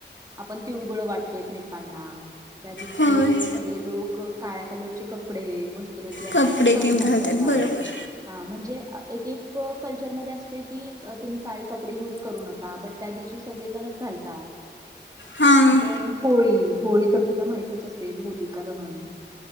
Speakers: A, on the right; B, on the left.
A: आपण तिळगुळ वाटतो एकमेकांना त्या दिवशी
B: होय
A: सगळे लोक काळ्या कलरची कपडे <unintelligible> जे असतात
B: कपडे
A: ते परिधान
B: तीन घालतात
A: करतात,
B: बरोबर
A: हा म्हणजे आ एक एक <unintelligible> कल्चरमध्ये असतये की तुम्ही काळी कपडे युज करू नका बट त्या दिवशी सगळेजणच घालतात.
B: हां
A: म देन होळी. होळी तर तुला माहितच असेल होलीका दहन